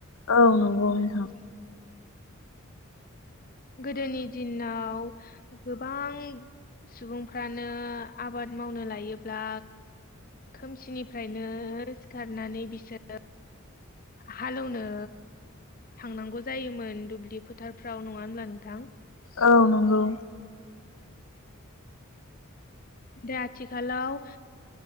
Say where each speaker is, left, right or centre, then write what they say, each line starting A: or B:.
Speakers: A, on the left (about 75°); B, on the left (about 40°).
A: औ नंगौ नोंथां।
B: गोदोनि दिनाव गोबां सुबुंफ्रानो आबाद मावनो लायोब्ला खोमसिनिफ्रायनो सिखारनानै बिसोर हालेवनो थांनांगौ जायोमोन दुब्लि फोथारफ्राव होमब्ला नोंथां
A: औ नंगौ।
B: दा आथिखालाव